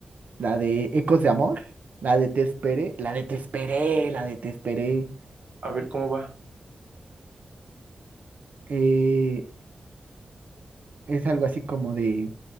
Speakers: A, on the right; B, on the right.
A: La de Ecos de Amor, la de Te Esperé, la de Te Esperé, la de Te Esperé.
B: A ver cómo va.
A: Eh, Es algo así como de,